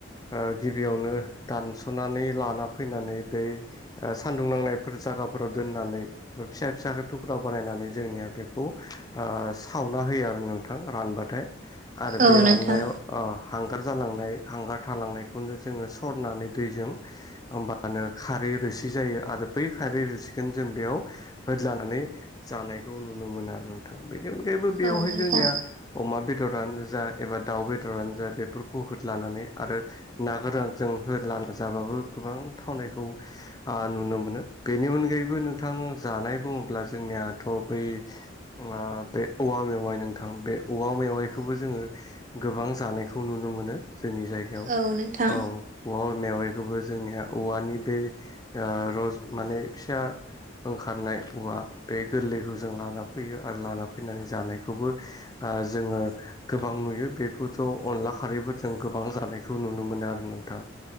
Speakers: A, on the left; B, on the right.
A: ओ गिबियावनो दानस'नानै लाना फैनानै बै ओ सान्दुं नांनायफोर जायगाफोराव दोननानै फिसा फिसाखौ थुख्राव बानायनानै जोंनिया बेखौ आ सावना होयो आरो नोंथां रानबाथाय आरो
B: औ
A: बे
B: नोंथां
A: राननायाव आ‌ हांगार जालांनाय हांगार थालांनायखौनो जोङो सरनानै दैजों होमबानो खारै रोसि जायो आरो बै खारै रोसिखौनो जों बेयाव होदलानानै जानायखौ नुनो मोनो आरो नोंथां बेनि अनगायैबो बेयावहाय
B: औ नोंथां
A: जोंनिया। अमा बेदरानो जा एबा दाउ बेदरानो जा बेफोरखौ होद लानानै आरो ना गोरानजों होलाना जाबाबो गोबां थावनायखौ ओ नुनो मोनो बेनि अनगायैबो नोंथां जानाय बुङोब्ला जोंनियाथ' बै ओमङा बे औवा मेवाइ नोंथां बे औवा मेवाइखौबो जोङो गोबां जानायखौ नुनो मोनो जोंनि जायगायाव
B: औ नोंथां
A: औ औवा मेवाइखौबो जोंनिया औवानि बे ओ रज माने फिसा ओंखारनाय औवा बे गोरलैखौ जों लाना फैयो आरो लाना फैनानै जानायखौबो ओ जोङो गोबां नुयो बेखौथ' अनला खारैबो जों गोबां जानायखौ नुनो मोनो आरो नोंथां।